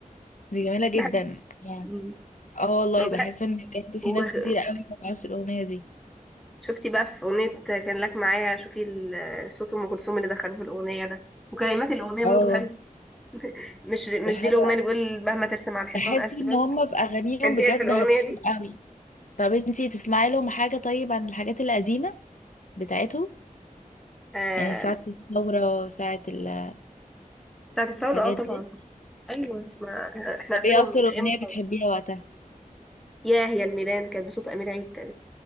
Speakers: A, on the left; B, in the centre.
A: دي جميلة جدا
B: بحب
A: يعني
B: مم.
A: اه والله
B: وبحب
A: بحس ان بجد
B: وغ-
A: في ناس كتير قوي ما تعرفش الأغنية دي
B: شفتي بقى في اغنية كان لك معايا شوفي ال- صوت ام كلثوم اللي دخلوه في الاغنية ده وكلمات الاغنية
A: اه
B: برضو حلوة مش مش
A: بحب-
B: دي الاغنية اللي بيقول مهما ترسم على الحيطان
A: بحس
B: الف
A: ان
B: بند
A: هما في أغانيهم
B: كان
A: بجد
B: فيها في الاغنية
A: هادفين
B: دي
A: قوي طب انتي تسمعي لهم حاجة طيب عن الحاجات القديمة بتاعتهم
B: آه...
A: يعني ساعة الثورة ساعة ال-
B: بتاعت الثورة
A: الحاجات
B: اه طبعا
A: دي
B: ايوه ما احنا
A: طب
B: عارفينهم
A: ايه اكتر
B: من
A: اغنية
B: ايام الثوره
A: بتحبيها وقتها
B: ياه يا الميدان كانت بصوت امير عيد تاني